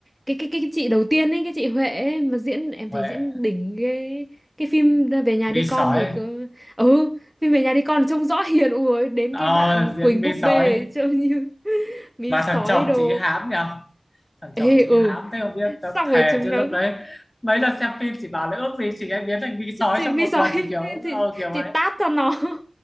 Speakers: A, in the centre; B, on the left (about 30°).
A: cái cái cái chị đầu tiên ấy cái chị Huệ ấy, mà diễn em thấy
B: Huệ
A: diễn đỉnh cái cái phim về nhà
B: vi
A: đi con
B: sói
A: thì cứ ừ phim về nhà đi con trông rõ hiền ui đến
B: ờ,
A: cái đoạn Quỳnh
B: diễn
A: búp
B: vi
A: bê
B: sói
A: ấy, trông như <laughs> mí
B: mà
A: sói
B: thằng chồng
A: đồ
B: chị hãm nhở thằng
A: ê
B: chồng chị
A: ừ
B: hãm thế không biết
A: xong
B: tao thề
A: rồi chúng
B: chứ
A: nó
B: lúc đấy mấy lần xem phim chỉ bảo là ước gì chị ấy biến thành
A: <laughs>
B: vi sói
A: chị
B: trong
A: mí
B: một
A: sói
B: lần kiểu
A: <laughs> chị
B: ờ, kiểu
A: chị
B: vậy
A: tát cho nó <laughs>